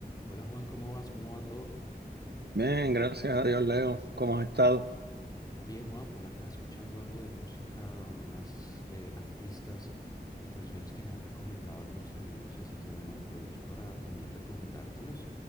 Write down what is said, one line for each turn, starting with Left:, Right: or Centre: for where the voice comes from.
Left: Hola Juan, ¿cómo vas? ¿Cómo va todo?
Right: Bien, gracias a Dios, Leo. ¿Cómo has estado?
Left: Bien Juan, por acá escuchando algo de música, unas eh, artistas y canciones que me han recomendado algunos amigos, así que bueno, aprovecho para también recomendártelos.